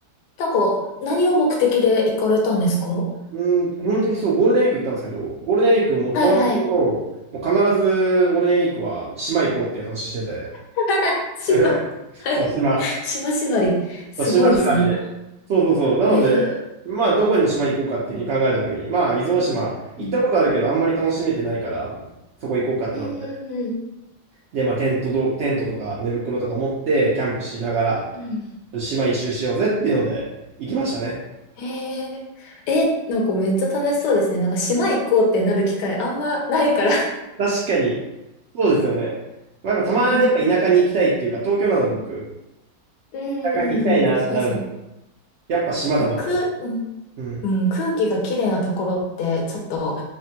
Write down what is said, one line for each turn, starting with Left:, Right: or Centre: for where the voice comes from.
Left: なんか、何を目的で行かれたんですかは
Right: うん、基本的にそう、ゴールデンウィーク行ったんですけど、ゴールデンウィークも友達と、
Left: いはい。
Right: もう必ずゴールデンウィークは島行こうっていう話してて。
Left: <laughs> 島、
Right: <laughs>
Left: はい。
Right: そう、島。
Left: <laughs> 島縛り。すごいですね。
Right: そう島縛りで。そうそうそう。なので、
Left: ええ、
Right: まあ、どこにの島行こうかっていうふうに考えたときに、まあ、伊豆大島、行ったことあるけど、
Left: うん。
Right: あんまり楽しめてないから、そこ行こうかってなって。
Left: うんうん
Right: で、まあ、テントど、テントとか寝袋とか持って、キャンプしながら、
Left: うん。うん。
Right: 島一周しようぜっていうので、行きましたね。
Left: へえ、え、なんかめっちゃ楽しそうですね。なんか島行こうってなる機会あんまないから。
Right: 確かに。そうですよね。まあ、やっぱたまにやっぱ田舎に行きたいっていうか、
Left: うん
Right: 東京なので僕、
Left: うんうんうん、
Right: 田舎に行きたいなってなるんです。
Left: そうですね。
Right: やっぱ島だなと。
Left: 1 0く、うん
Right: うん。
Left: うん、空気がきれいなところって、ちょっと、